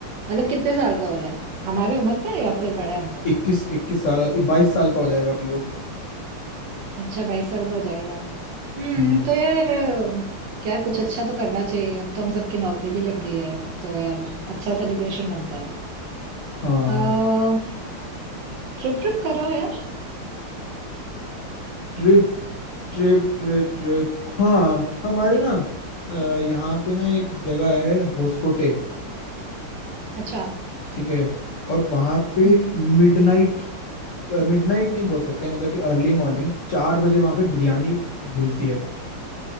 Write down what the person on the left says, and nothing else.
इक्कीस इक्कीस साल बाईस साल का हो जाएगा अभी वो
हम्म
हाँ
ट्रिप Trip trip trip हाँ हमारे ना अ, यहाँ पे ना एक जगह है होस्कोटे
ठीक है और वहाँ पे
मिडनाइट मिडनाइट नहीं बोल सकते हैं मतलब कि अर्ली मॉर्निंग चार बजे वहाँ पे बिरयानी मिलती है